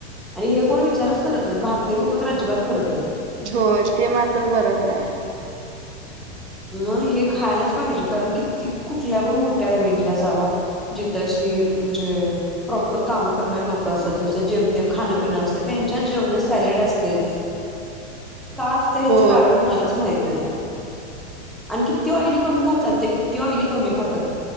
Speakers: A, in the centre; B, on the right.
A: आणि हे कोण विचारच करत नहीत, भारतीय लोकं तर अजिबात करत नहीत.
B: हो, ते मात्र बरोबर हाय.
A: <inaudible> म हे खायलाच पाहिजे, कारण किती, कुठल्या पण मोठ्या इव्हेंटला जावा जिथ अशी, म्हणजे प्रॉपर कामं करणारे लोकं असतात, ज जेम तेम खांनपिण असत, त्यांच्या जेवनात सॅलेड असतेच. का असतं, ह्याच
B: होय
A: कारण कुणालाच माहित नाही. आणि किती ऑइली कमी खातात ते. किती ऑइली कमी खातात.